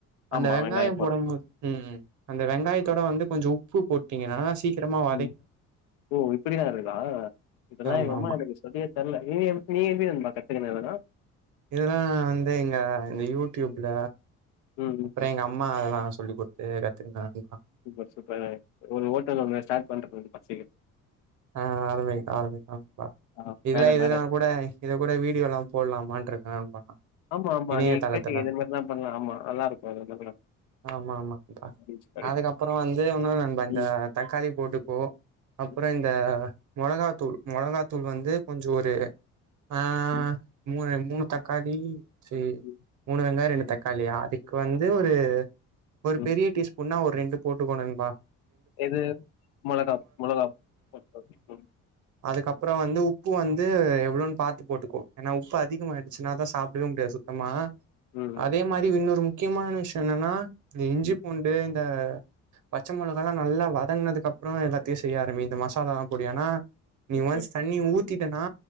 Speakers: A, on the right (about 45°); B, on the left (about 65°).
A: அந்த
B: ஆமா,
A: வெங்காயோ
B: வெங்காயம் போடுறோம்.
A: போடும்போத் ம் அந்த வெங்காயத்தோட வந்து கொஞ்ச உப்பு போட்டீங்னா சீக்கிரமா வ
B: ம் ஓ இப்டிலாருக்குதா இதல்லா
A: ஆமா
B: எங்கம்மா
A: ஆமா
B: எனக்கு சொல்லியே தர்ல நீ எப் நீ எப்டி வந்துபா கத்துக்கி இதல்லா
A: இதல்லா வந்து இங்க இந்த யூடியூப்ல
B: ம், ம்,
A: அப்றோ
B: ம்.
A: எங்கம்மா அதல்லா சொல்லி குடு து கத்துக்கின அதல்லா
B: சூப்பர் சூப்பர் ஒரு ஹோட்டல் வந்து ஸ்டாட் பண்ற <unintelligible> சீக்கிரோ
A: ஆ ஆரம்பி ஆரம்பிக்லா பா
B: ஆ,
A: இதல்லா
B: மேல,
A: இதுல்லா
B: மேல.
A: கூட இது கூட வீடியோலா போடலாமான்ருக்கேம்பா
B: ஆமா, ஆமா.
A: இணையதளத்துல
B: நீ கேட்டீங்க இது மாரி தான் பண்ணலாம். ஆமா, நல்லாருக்கும். அது மாதிரிலாம்.
A: ஆமா ஆமாங் பா
B: பீச் கடைக்கு.
A: அதுக்கப்றோ வந்து இன்னூ நம் அந்த
B: ம்,
A: தக்காளி போட்டுப்போ அப்ற்
B: ம்,
A: இந்த மொளகாத்தூள் மொளகாத்தூள் வந்து கொஞ்சோ ஒரு ஆ
B: ம்,
A: மூரே மு மூணு தக்காளி சேரி
B: ம்,
A: மூணு வெங்காயோ ரெண்டுப் தக்காளி அதுக்கு வந்து ஒரு ஒரு
B: ம்.
A: பெரிய டீஸ்பூன்னா ஒர் ரெண்டு போட்டுக்கணூங்பா
B: எது மொளகாப் மொளகாப் <inaudible>
A: அதுக்கப்றோ வந்து உப்பு வந்து எவ்ளோன் பாத்து போட்டுக்கோ ஏனா உப்பு அதிகமாயிடுச்சுனா தா சாப்டவே முடியாது சுத்தமா
B: ம், ம்,
A: அதே மாரி இன்னொரு மு க்கியமான விஷ்யோ என்னனா து இஞ்சி
B: ம்.
A: பூண்டு த பச்ச மொளகால்லா நல்லா வதங்குனதுக்கப்றோ எல்லாத்தையூ செய்ய ஆரம்பி இந்த மஸ் சாலா பொடி ஆனா நீ
B: ஓகே,
A: ஒன்ஸ்
B: ஓகே.
A: தண்ணி ஊத்திட்டனா